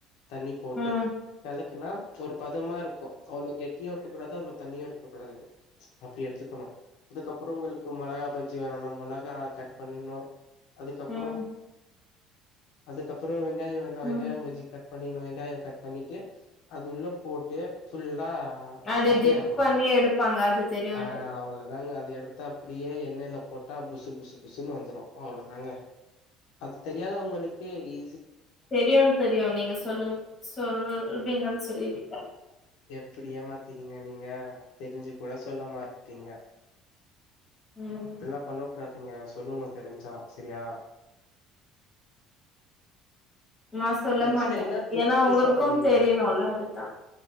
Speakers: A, on the left (about 75°); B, on the left (about 15°).
A: தண்ணி போட்டு
B: ம்
A: கலக் குன்னா ஒரு பதமா இருக்கு அவ்ளோ கெட்டியு இருக்க கூடாது அவ்ளோ தண்ணியு இருக்கக் கூடாது அப்டி எடுத்துக்கணு அதுக்கப்புறோ உங்களுக்கு மொளகா பஜ்ஜி வேணுன்னா மொளகா கட் பண்ணிர்னு அதுக்கப்புறம்
B: ம்
A: அதுக்கப்புறம் வெ ங்காயம் வேண்ணா
B: ம்
A: வெங்காயமா பஜ்ஜி கட் பண்ணிகனும் வெங்காயம் கட் பண்ணிட்டு அது உள்ள போட்டு ஃபுல்லா
B: அது
A: அப்ளை
B: டிப்
A: ஆகணு
B: பண்ணி
A: அது
B: எடுப்பாங்க அது தெரியும்
A: ஆ
B: எனக்கு
A: அவ்ளோதாங்க அத எடுத்த அப்டியே எண்ணெயில போட்டா புசு புசு புசுன்னு வந்துரும் அவ்ளோ தாங்க அது தெரியாத உங்களுக்கு ஈ
B: தெரியும் தெரியும் நீங்க சொல் சொல்வீங்கன்னு சொல்லி விட்ட
A: அப்டி ஏமாத்திறிங்க நீங்க தெரிஞ்சி கூட சொல்ல மாட்றிங்க
B: ம்
A: இப்பில்லாம் பண்ண கூடா துங்க சொல்லணும் தெரிஞ்சா சரியா
B: நான் சொல்ல
A: பஜ்ஜில
B: மாட்டே
A: என்ன தொட்டு
B: ஏன்னா ஒங்களுக்கும்
A: சாப்டுவீங்க
B: தெரியிணும் இல்ல அதுக்கு தா